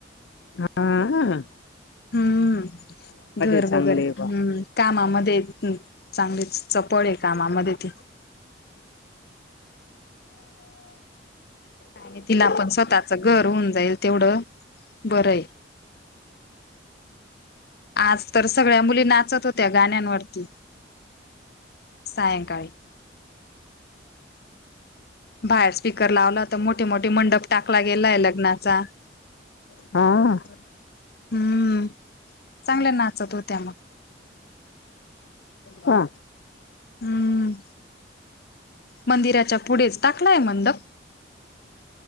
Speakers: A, on the left; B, on the left.
A: हाआ हाआ
B: हम्म घर
A: चांगले
B: वगैरे
A: बा
B: हम्म कामामध्ये हं.. चांगलीच चपळ आहे कामामध्ये ती, आणि, तिला पण स्वतःच घर होऊन जाईल तेवढं बरं आहे. आज तर सगळ्या मुली नाचत होत्या गाण्यांवरती सायंकाळी बाहेर स्पीकर लावला, तर मोठे मोठे मंडप टाकला गेलाय लग्नाचा
A: हा
B: हम्म चांगल्या नाचत होत्या मग
A: हा
B: हम् मंदिराच्या पुढेच टा नाही मंडप